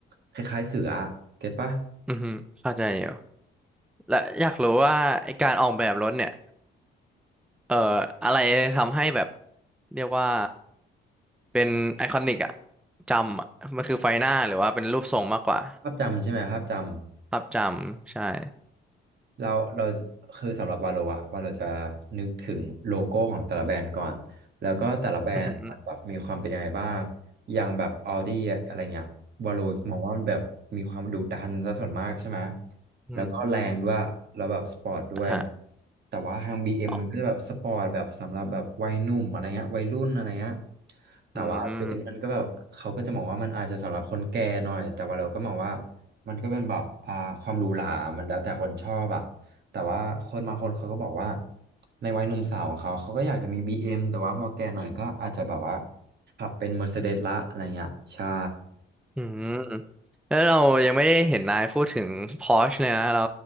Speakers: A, on the right (about 55°); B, in the centre.
A: คล้ายๆเสืออะเก็ตปะ
B: อือฮึเข้าใจอยู่และอยากรู้ว่าไอการออกแบบรถเนี่ยเอ่ออะไรทำให้แบบเรียกว่าเป็นไอคอนิกอะจำอะมันคือไฟหน้าหรือว่าเป็นรูปทรงมากกว่า
A: ภาพจำใช่ไหมภาพจำ
B: ภาพจำใช่
A: เราเราคือสำหรับวาโลอะวาโลจะนึกถึงโลโก้ของแต่ละแบรนด์ก่อนแล้วก็แต่ละแบรนด์มันแบบมีความเป็นยังไงบ้าง
B: อืมอหืม
A: อย่างแบบ Audi อะอะไรเงี้ยวาโลมองว่ามันแบบมีความดุดันซะส่วนมากใช่ไหม
B: ออืม
A: แล้วก็แรงด้วยแล้วแบบสปอร์ตด้วยอะไร
B: อ่ะฮะ
A: แต่ว่าทาง BM มมันก็จะแบบสปอร์ตแบบสำหรับแบบวัยหนุ่มอะไรเงี้ยวัยรุ่นอะไรเงี้ย
B: อ๋อ
A: แต่ว่าเบนซ์มันก็แบบเขาก็จะมองว่ามันอาจจะสำหรับคนแก่หน่อยแต่ว่าเราก็มองว่า
B: อืม
A: มันก็เป็นแบบอ่าความหรูหรามันแล้วแต่คนชอบอะแต่ว่าคนบางคนเขาก็บอกว่าในวัยหนุ่มสาวของเขาเขาก็อยากจะมี BM แต่ว่าพอแก่หน่อยก็อาจจะแบบว่าขับเป็น Mercedes ละอะไรเงี้ยใช่
B: อืมแล้วเรายังไม่ได้เห็นนายพูดถึง Porsche เลยนะเรา